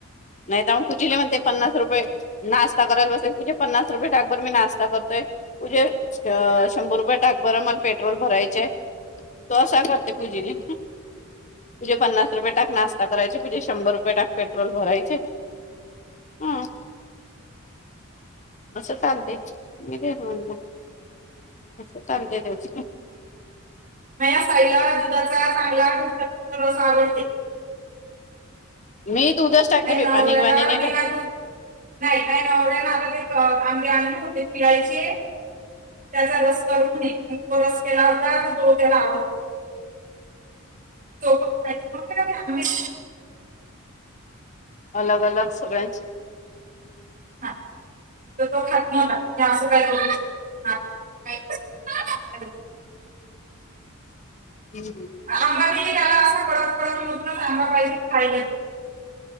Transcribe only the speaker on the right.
मया साईला दुधाचा चांगला घट्ट घट्ट रस आवडते.
काही
नवऱ्याला
बि
नाही काही नवऱ्या- ते आंबे आंबे होते पिळाययचे त्याचा रस कर म्हणे तो रस केला होता तर तो त्याला आवड तो पण खायचा म्हण ते आंबे -
हा तर तो खात नव्हता अस काय केलीस <unintelligible>
आंबा किती खाल्ला अस - परत परत होत नसे आंबा पाहिजे खायला ते -